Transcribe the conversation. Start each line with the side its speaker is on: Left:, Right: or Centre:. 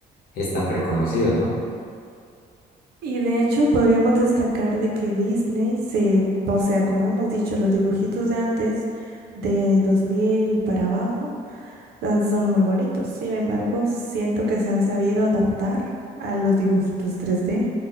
Left: es tan reconocido, ¿no?
Right: Y de hecho podríamos destacar de que Disney se, o sea, como hemos dicho, los dibujitos de antes, de 2000 para abajo, ah, son muy bonitos. Sin embargo, siento que se han sabido adaptar a los dibujitos 3D,